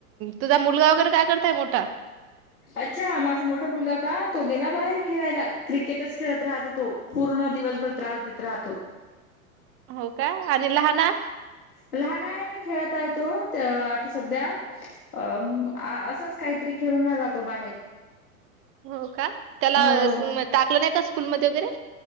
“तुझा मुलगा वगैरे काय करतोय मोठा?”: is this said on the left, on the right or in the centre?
Right